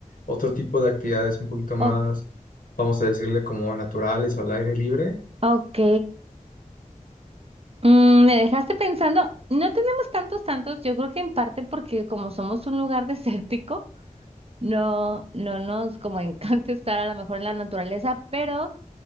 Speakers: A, on the left; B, on the right.
A: otro tipo de actividades un poquito más,
B: O-
A: vamos a decirle como naturales o al aire libre.
B: ok, Mm, me dejaste pensando, no tenemos tantos, tantos, yo creo que en parte porque como somos un lugar <laughs> desértico, no, no nos como encanta estar a lo mejor en la naturaleza, pero